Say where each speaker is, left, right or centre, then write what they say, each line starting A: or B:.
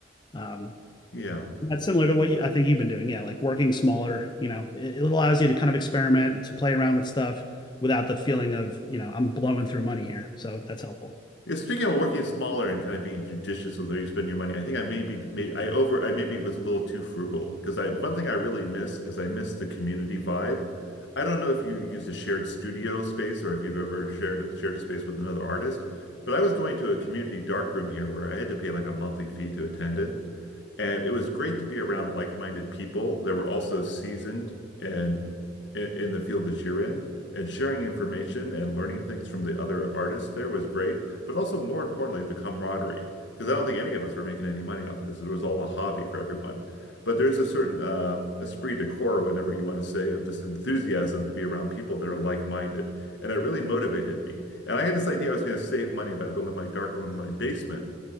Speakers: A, on the left (about 25°); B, on the left (about 70°).
A: Um,
B: Yeah.
A: that's similar to what you, I think you've been doing. Yeah, like working smaller. You know, it, it allows you to kind of experiment, to play around with stuff without the feeling of you know I'm blowing through money here. So that's helpful.
B: Yeah, speaking of working smaller and kind of being judicious with where you spend your money, I think I maybe made I over I maybe was a little too frugal because I one thing I really miss is I miss the community vibe. I don't know if you use a shared studio space or if you've ever shared shared a space with another artist, but I was going to a community dark room here where I had to pay like a monthly fee to attend it. And it was great to be around like-minded people that were also seasoned and in, in the field that you're in. And sharing information and learning things from the other artists there was great, but also more importantly, the camaraderie. Because I don't think any of us were making any money off of this. It was all a hobby for everyone. But there's a certain um, esprit de corps, or whatever you want to say, of just enthusiasm to be around people that are like-minded. And it really motivated me. And I had this idea I was going to save money by building my darkroom in my basement